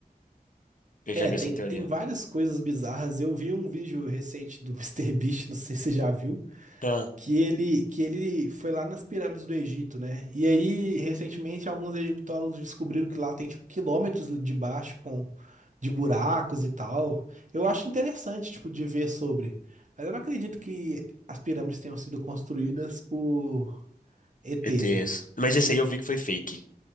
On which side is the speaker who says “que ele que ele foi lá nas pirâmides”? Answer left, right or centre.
Right